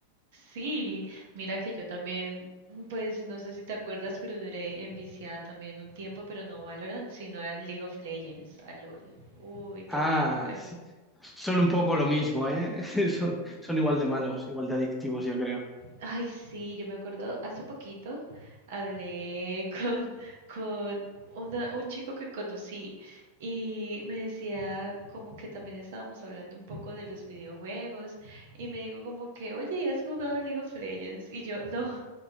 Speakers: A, on the right; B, in the centre.
A: Sí, mira que yo también, pues no sé si te acuerdas, pero duré enviciada también un tiempo, pero no a Valorant, sino a League of Legends, a LOL. Uy, terrible.
B: Ah, sí. son un poco lo mismo, ¿eh? <laughs> Son, son igual de malos, igual de adictivos, yo creo.
A: Ay, sí, yo me acuerdo hace poquito hablé <laughs> con, con una- un chico que conocí y me decía como que también estábamos hablando un poco de los videojuegos y me dijo como que, oye, ¿has jugado League of Legends? Y yo, no,